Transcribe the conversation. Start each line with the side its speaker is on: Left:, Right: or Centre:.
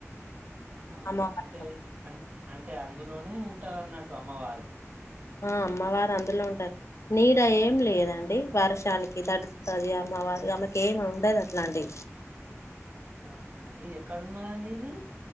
Right: అహ్
Left: అమ్మవార్లకు
Right: అంటే అన్ అంటే అందులోనే ఉంటారు అన్నట్టు అమ్మవారు.
Left: ఆహ్ అమ్మవారు అందులో ఉంటారు నీడ ఏం లేదండి వర్షానికి తడ్సుతాది అమ్మవారి అమ్కి ఏమి ఉండదు అట్లాంటి.
Right: ఆహా ఎక్కడ ఉన్నాదండి ఇది.